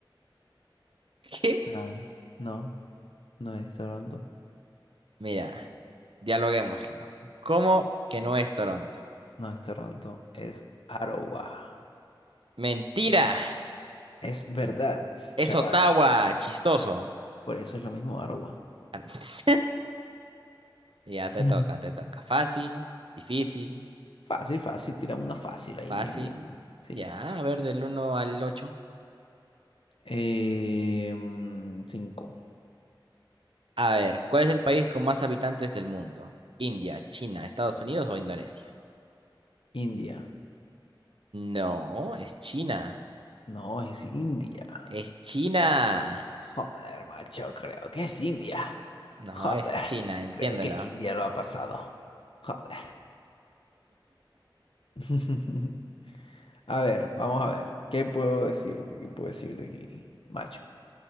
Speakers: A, on the right (about 85°); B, on the left (about 90°).
A: ¿Qué?
B: ah, no, no es Toronto,
A: Mira, dialoguémoslo. ¿Cómo que no es Toronto?
B: no es Toronto, es Ottawa.
A: Mentira.
B: Es verdad,
A: Es
B: chaval.
A: Ottawa. Chistoso.
B: Por eso es lo mismo Ottawa.
A: Ar- <laughs> Ya te
B: <laughs>
A: toca, te toca. Fácil, difícil,
B: Fácil, fácil, tiramos una fácil ahí,
A: fácil.
B: bien, bien, bien. Sí,
A: Ya,
B: sí.
A: a ver, del uno al ocho
B: Eh, mm, cinco.
A: A ver, ¿cuál es el país con más habitantes del mundo? ¿India, China, Estados Unidos o Indonesia?
B: India.
A: No, es China.
B: No, es India.
A: Es China.
B: Joder, macho, creo que es India.
A: No,
B: Joder,
A: es China, entiéndelo.
B: creo que India lo ha pasado. Joder. <laughs> A ver, vamos a ver. ¿Qué puedo decirte? ¿Qué puedo decirte aquí, macho?